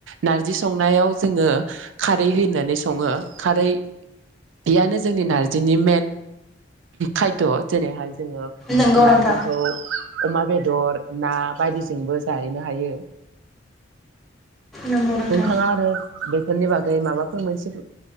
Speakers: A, on the right; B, in the centre.
A: नार्जि संनायाव जोङो खारै होननानै सङो खारै बेयानो जोंनि नारजिनि मेन खायद' जेरैहाय जोङो
B: नंगौ
A: नारजिखौ
B: नोंथां
A: अमा बे दर ना बायदिजोंबो जानो हायो।
B: नंगौ नोंथां
A: नोंथाङा आरो बे माबाफोर मोनसे